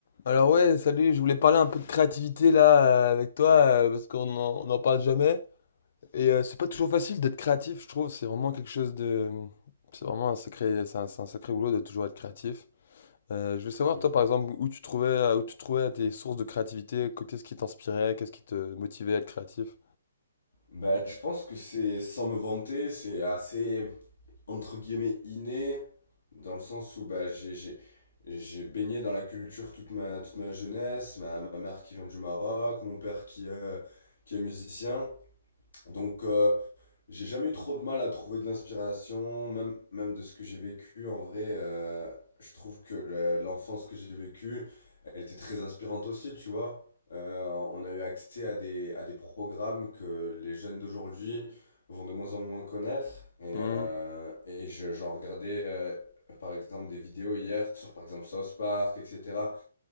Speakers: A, on the left; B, on the left.
A: Alors ouais, salut, je voulais parler un peu de créativité là euh, avec toi, euh, parce qu'on en- on n'en parle jamais. Et euh, c'est pas toujours facile d'être créatif, je trouve. C'est vraiment quelque chose de... C'est vraiment un sacré, c'est un, c'est un sacré boulot de toujours être créatif. Euh, je veux savoir,
B: Mm.
A: toi, par exemple, où tu trouvais, euh, où tu trouvais tes sources de créativité, que- qu'est-ce qui t'inspirait, qu'est-ce qui te motivait à être créatif.
B: Ben, je pense que c'est, sans me vanter, c'est assez, entre guillemets, inné, dans le sens où ben, j'ai, j'ai, j'ai baigné dans la culture toute ma, toute ma jeunesse, ma, ma mère qui vient du Maroc, mon père qui, est- qui est musicien. Donc, euh, J'ai jamais eu trop de mal à trouver de l'inspiration, même, même de ce que j'ai vécu. En vrai, euh, je trouve que le- l'enfance que j'ai vécue, elle était très inspirante aussi, tu vois. Euh, on a eu accès à des, à des programmes que les jeunes d'aujourd'hui vont de moins en moins connaître. Et,
A: Hmm.
B: euh, et je- j'en regardais, euh, par exemple, des vidéos hier sur, par exemple, South Park, etc.